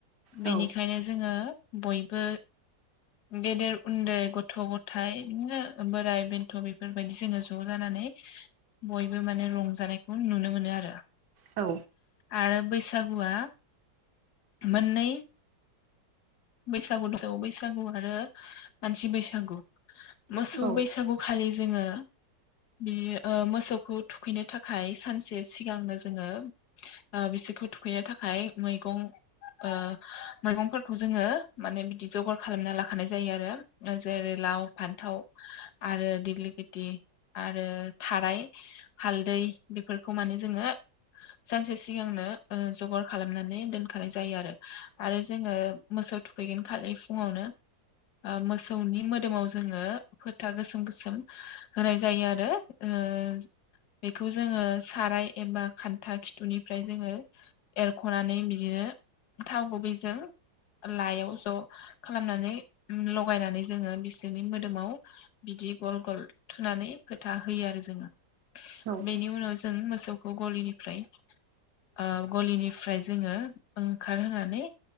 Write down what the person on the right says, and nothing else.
औ
औ
औ
औ